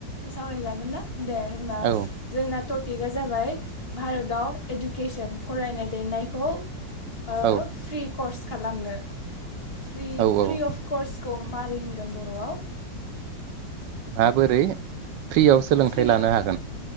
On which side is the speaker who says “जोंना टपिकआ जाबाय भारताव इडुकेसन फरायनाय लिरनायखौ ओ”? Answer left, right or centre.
Left